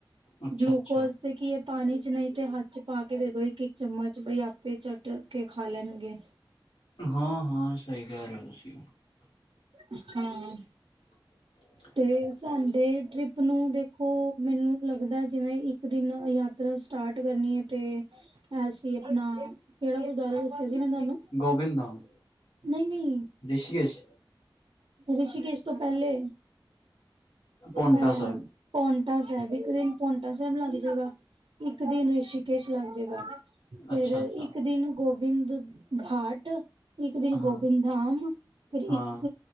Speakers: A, on the left (about 75°); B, on the right (about 70°).
A: ਅੱਛਾ
B: ਗਲੂਕੋਜ
A: ਅੱਛਾ
B: ਤੇ ਕੀ ਏ ਪਾਣੀ 'ਚ ਨਈ ਤੇ ਹੱਥ 'ਚ ਪਾ ਕੇ ਦੇ ਦੋ ਇੱਕ-ਇੱਕ ਚਮਚ ਬਈ ਆਪੇ ਚਟ ਕੇ ਖਾ ਲੈਣਗੇ।
A: ਹਾਂ-ਹਾਂ ਸਈ ਕਹਿ ਰਏ ਓ ਤੁਸੀ
B: ਹਾਂ
A: <inaudible>
B: ਤੇ ਸਾਡੇ ਟ੍ਰਿਪ ਨੂੰ ਦੇਖੋ ਮੈਨੂੰ ਲੱਗਦਾ ਜਿਵੇ ਇੱਕ ਦਿਨ ਨੂੰ ਯਾਤਰਾ ਸਟਾਰਟ ਕਰਨੀ ਏ ਤੇ ਅਸੀ ਆਪਣਾ ਕੇੜਾ ਗੁਰਦੁਆਰਾ ਦੱਸਿਆ ਸੀ ਮੈਂ ਤੁਹਾਨੂੰ
A: ਗੋਬਿੰਦ ਧਾਮ।
B: ਨਈ-ਨਈ
A: ਰਿਸ਼ੀ ਕੇਸ਼।
B: ਰਿਸ਼ੀ ਕੇਸ਼ ਤੋਂ ਪੈਲੇ
A: ਪੋਂਟਾ
B: ਐ।
A: ਸਾਹਿਬ
B: ਪੋਂਟਾ ਸਾਹਿਬ ਇੱਕ ਦਿਨ ਪੋਂਟਾ ਸਾਹਿਬ ਲੱਗ ਜਾਏਗਾ। ਇੱਕ ਦਿਨ ਰਿਸ਼ੀਕੇਸ਼ ਲੱਗ ਜਾਏਗਾ ਫੇਰ
A: ਅੱਛਾ ਅੱਛਾ
B: ਇੱਕ ਦਿਨ ਗੋਬਿੰਦ ਘਾਟ ਇੱਕ ਦਿਨ ਗੋਬਿੰਦ
A: ਹਾਂ
B: ਧਾਮ ਫਿਰ ਇੱਕ
A: ਹਾਂ